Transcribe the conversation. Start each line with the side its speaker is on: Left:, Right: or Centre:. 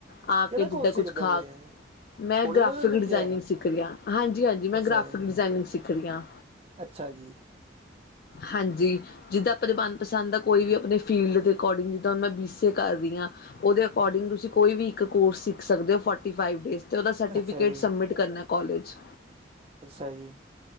Left: ਆ
Right: ਕਿਹੜਾ
Left: ਕੇ ਜਿੱਦਾਂ
Right: ਕੋਰਸ
Left: ਕੁਛ
Right: ਸਿੱਖਦੇ
Left: ਖਾ
Right: ਪਏ ਐ?
Left: ਮੈਂ
Right: ਕੋਲਜ
Left: ਗ੍ਰਾਫਿਕ
Right: ਵਾਲਿਆਂ ਨੇ
Left: ਡਿਜ਼ਾਇਨਿੰਗ
Right: ਕਿਹਾ ਐ
Left: ਸਿੱਖ ਰਹੀ ਆਂ, ਹਾਂਜੀ ਹਾਂਜੀ ਮੈਂ
Right: ਅੱਛਾ
Left: ਗ੍ਰਾਫਿਕ ਡਿਜ਼ਾਇਨਿੰਗ
Right: ਜੀ,
Left: ਸਿੱਖ ਰਹੀ ਹਾਂ।
Right: ਅੱਛਾ ਜੀ।
Left: ਹਾਂਜੀ ਜਿੱਦਾਂ ਆਪਾਂ ਮਨਪਸੰਦ ਆ। ਕੋਈ ਵੀ ਆਪਣੇ ਫੀਲਡ ਦੇ ਅਕੋਡਿੰਗ, ਜਿੱਦਾਂ ਹੁਣ ਮੈਂ ਬੀ ਸੀ ਏ ਕਰ ਰਹੀ ਹਾਂ। ਉਹਦੇ ਅਕੋਰਡਿੰਗ ਤੁਸੀਂ ਕੋਈ ਵੀ ਇੱਕ ਕੋਰਸ ਸਿੱਖ ਸਕਦੇ ਹੋ ਫੋਰਟੀ ਫਾਈਵ ਡੇਜ਼। ਅਤੇ ਉਹਦਾ ਸਰਟੀਫਿਕੇਟ
Right: ਅੱਛਾ ਜੀ।
Left: ਸਬਮਿਟ ਕਰਨਾ ਕਾਲਜ
Right: ਅੱਛਾ ਜੀ